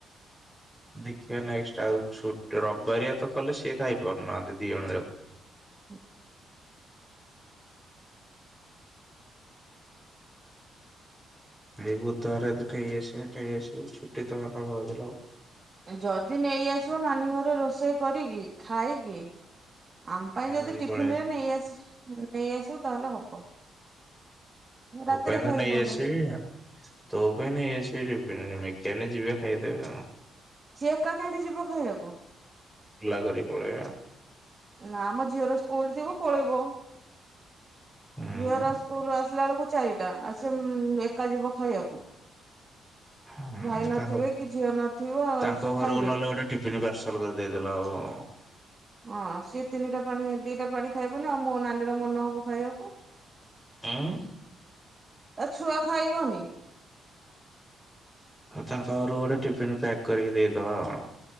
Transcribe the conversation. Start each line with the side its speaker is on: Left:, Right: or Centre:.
Centre: ଦେଖିବା ନେକ୍ଟ ଆଉ ଛଟ ରବିବାରିଆ ତ କଲେ ସିଏ ଖାଇପାରୁନାହାନ୍ତି ଦି ଜଣ ଯାକ।
Right: ହୁଁ।
Centre: ଏଇ ବୁଧବାରଦି ଟାଇ ଆସିବ ଟାଇ ଆସିବ ଛୁଟି ତଥିଲା।
Right: ଯଦି ନେଇଆସିବ ନାନୀ ଘରେ ରୋଷେଇ କରିକି ଖାଇକି
Centre: ଟିଫିନ
Right: ଆମ ପାଇଁ ଯଦି
Centre: ଧରି
Right: ଟିଫିନ
Centre: ପଳେଇ ଆସିବି
Right: ରେ ନେଇ ଆସ ନେଇ ଆସିବ ତାହେଲେ ହବ। ରାତିରେ
Centre: ଭପାଇନ୍ଦ
Right: ଖାଇବୁ
Centre: ନାଇଁ
Right: ଆମେ
Centre: ଏସି ବି ତୋ ପାଇଁ ନେଇ ଆସିବି ଟିଫିନି ରେ ମିକାନେ ଯିବେ ଖାଇଦେବେ ଆ।
Right: ସିଏ ଏକା କେମିତି ଯିବ ଖାଇବାକୁ?
Centre: ଓଲା କରି ପଳେଇବେ।
Right: ନା ଆମ ଝିଅର ସ୍କୁଲ ଯଥିବୁ ପଳେଇବ
Centre: ହୁଁ
Right: ଝିଅର ସ୍କୁଲ ଆସିଲା ବେଳକୁ ଚାରିଟା ଆ ସେ ଏକା ଯିବ ଖାଇବାକୁ।
Centre: ହୁଁ
Right: ଭାଇ ନଥିବେ
Centre: ତାଙ୍କ
Right: କି ଝିଅ ନଥିବ
Centre: ତାଙ୍କ
Right: ସେ
Centre: ଘରକୁ
Right: ଖାଇବେ
Centre: ନହେଲେ
Right: କି?
Centre: ଗୋଟେ ପାର୍ସଲ କରିଦେଇଦେଲେ ହବ।
Right: ହଁ ସିଏ ତିନିଟା ପାଣି ଦିଟା ପାଣି ଖାଇବନି ଆଉ ମୋ ନାନୀର ମନ ହବ ଖାଇବାକୁ।
Centre: ଉଁ।
Right: ଆ ଛୁଆ ଖାଇବନି।
Centre: ଆଉ ତା ପାଖରୁ ଗୋଟେ ଟିଫିିନ ପ୍ୟାକ୍ କରିକି ଦେଇଦବା ଆଉ।